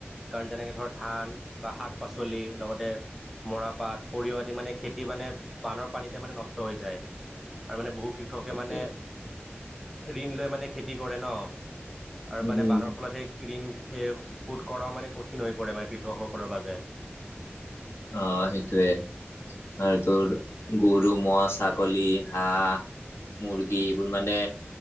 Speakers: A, in the centre; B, on the left.
A: কাৰণ যেনেকে ধৰ ধান বা শাক পাচলি লগতে মৰাপাট সৰিয়হ আদি মানে খেতি মানে বানৰ পানীতে মানে নষ্ট হৈ যায় আৰু মানে বহু কৃষ ক্ষকে
B: সেইটোৱে
A: মানে ঋণ লৈ মানে খেতি কৰে ন' আৰু
B: উম
A: মানে
B: উম
A: বানৰ ফলত সেই ঋণ সে শোধ কৰাও মানে কঠিন হৈ পৰে মানে কৃষক সকলৰ বাবে
B: অ', সেইটোৱে আৰু তোৰ গৰু, ম'হ, ছাগলী, হাঁহ মুৰ্গী এইবোৰ মানে